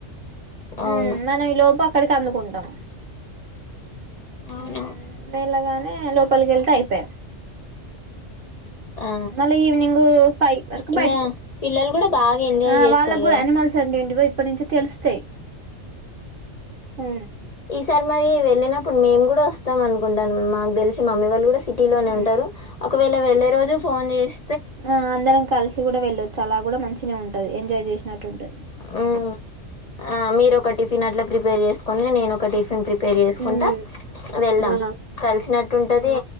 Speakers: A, on the left; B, on the right.
A: అవును
B: ఉ మనవి లో పాస్ క్కడికి అందుకుంటాం
A: అవును
B: ఉమ్ మేళగానే ఎ లోపల్గెతే అయిపే
A: ఆ
B: మళ్ళీ ఈవినింగ్ ఫైవ్ వరకు
A: ఇంగా
B: బయటకి
A: పిల్లలు కూడా బాగా ఎంజాయ్
B: రా ఆ
A: చేస్తారు
B: వాళ్ళక్ గూడా
A: కదా
B: అనిమల్స్ అండెంటివో ఇప్ ఇప్పటి నుంచి తెలుస్తయి ఆ
A: సార్ మరి వెళ్ళినప్పుడు మేము కూడా వస్తాం అనుకుంటాను మాకు తెలిసి మమ్మీ వాళ్ళు కూడా సిటి లోనే ఉంటారు
B: ఉమ్
A: ఒకవేళ ఇలా వెళ్లే రోజు ఫోన్ చేస్
B: ఆ అందరం కలిసి కూడా వెళ్ళొ చ్చు అలా కూడా మంచినే ఉంటది ఎంజాయ్ చేస్ నటుంటది
A: మ్మ్ ఆ మీరు ఒక టిఫిన్ అట్లా ప్రిపేర్ చేసుకోండి నేను ఒక టిఫిన్ ప్రి పేరు చేసుకుంటా
B: ఉమ్
A: వెళ్దాం
B: ఆ
A: కలిసినట్టు టుంటది